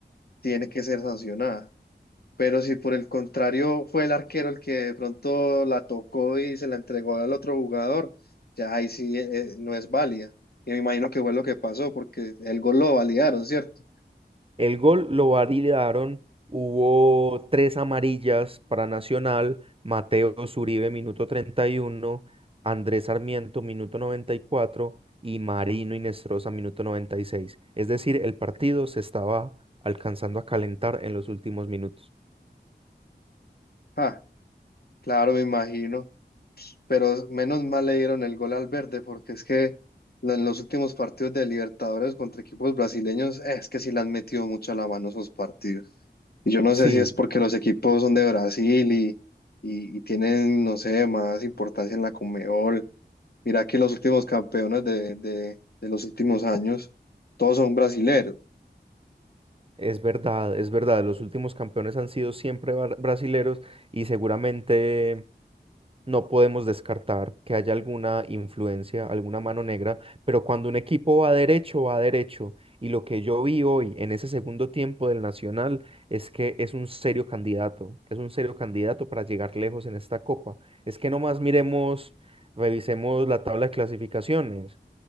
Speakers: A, on the left; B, on the right.
A: tiene que ser sancionada. Pero si por el contrario fue el arquero el que de pronto la tocó y se la entregó al otro jugador, ya ahí sí eh, no es válida. Y me imagino que fue lo que pasó, porque el gol lo validaron, ¿cierto?
B: El gol lo validaron, hubo tres amarillas para Nacional, Mateo Zuribe, minuto 31, Andrés Sarmiento, minuto 94 y cuatro, y Marino Inestrosa, minuto 96. Es decir, el partido se estaba alcanzando a calentar en los últimos minutos.
A: Ah, claro, me imagino. pero menos mal le dieron el gol al verde, porque es que lo- en los últimos partidos de Libertadores contra equipos brasileños, eh, es que sí le han metido mucho a la mano esos partidos. Y yo no
B: Sí,
A: sé si es porque los equipos son de Brasil y, y, y tienen, no sé, más importancia en la Conmebol. Mira que los últimos campeones de, de- de los últimos años, todos son brasileros.
B: es verdad, es verdad. Los últimos campeones han sido siempre bar- brasileros y seguramente No podemos descartar que haya alguna influencia, alguna mano negra, pero cuando un equipo va derecho, va derecho. Y lo que yo vi hoy en ese segundo tiempo del Nacional es que es un serio candidato, es un serio candidato para llegar lejos en esta copa. Es que nomás miremos, revisemos la tabla de clasificaciones.